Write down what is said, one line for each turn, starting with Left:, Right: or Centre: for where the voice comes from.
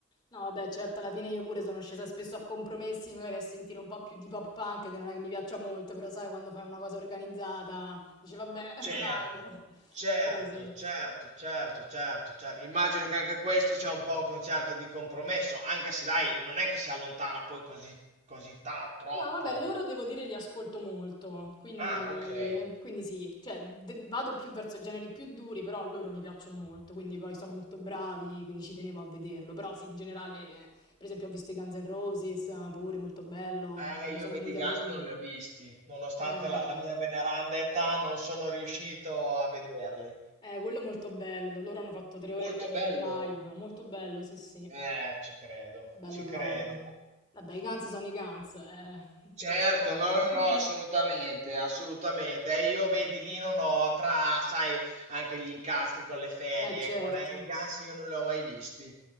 Left: No, vabbè, certo, alla fine io pure sono scesa spesso a compromessi, magari a sentire un po' più di pop punk, che non è che mi piaccia molto, però sai, quando fai una cosa organizzata, dici, vabbè, <laughs>
Right: Certo,
Left: vado.
Right: certo,
Left: Però sì.
Right: certo, certo, certo, certo. Immagino che anche questo sia un po' un concerto di compromesso, anche se dai, non è che si allontana poi così, così ta- troppo.
Left: No, vabbè, loro devo dire li ascolto molto, quindi,
Right: Ah, ok.
Left: quindi sì, cioè de- vado più verso generi più duri, però loro mi piacciono molto, quindi poi sono molto bravi, quindi ci tenevo a vederlo, però sì, in generale, per esempio ho visto i Guns N' Roses, eh, pure molto bello,
Right: Eh,
Left: quando
Right: io
Left: sono
Right: vedi
Left: venuti
Right: i Guns
Left: a Roma.
Right: non li ho visti, nonostante
Left: Eh,
Right: la, la mia veneranda età non sono riuscito a vederli.
Left: Eh, quello è molto bello. Loro hanno fatto tre ore
Right: Molto
Left: e mezza
Right: bello.
Left: di live. Molto bello, sì, sì.
Right: Eh, ci credo,
Left: Bello
Right: ci
Left: proprio.
Right: credo.
Left: Vabbè, i Guns sono i Guns, eh.
Right: Certo,
Left: <laughs> Lasciamoli.
Right: no, no, no,
Left: <laughs>
Right: assolutamente, assolutamente. E io vedi lì non ho tra, sai, anche gli incastri con le ferie,
Left: Eh, certo.
Right: con eh, i Guns io non li ho mai visti.